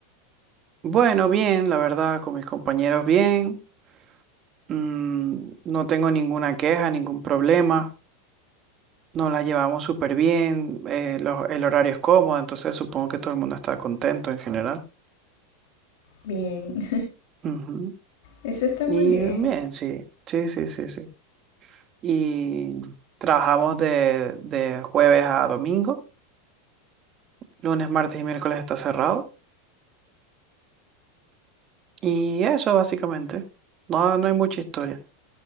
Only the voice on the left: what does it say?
Bien, <laughs>
eso está
muy bien.